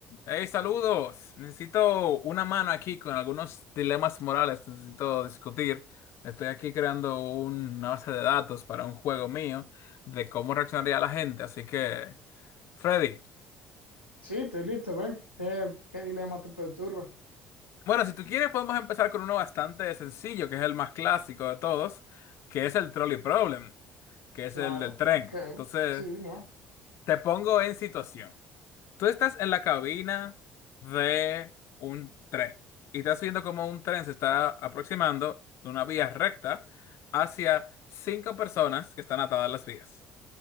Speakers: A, on the left; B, on the left.
A: Hey, saludos. Necesito una mano aquí con algunos dilemas morales que necesito discutir. Estoy aquí creando una base de datos para un juego mío de cómo reaccionaría la gente. Así que, Freddy.
B: Sí, estoy listo, ven. ¿Qué, qué dilema te perturba?
A: Bueno, si tú quieres, podemos empezar con uno bastante sencillo, que es el más clásico de todos, que es el trolley problem, que es
B: Claro,
A: el del tren.
B: ok.
A: Entonces,
B: Sí, ¿no?
A: te pongo en situación. Tú estás en la cabina de un tren y estás viendo cómo un tren se está aproximando de una vía recta hacia cinco personas que están atadas a las vías.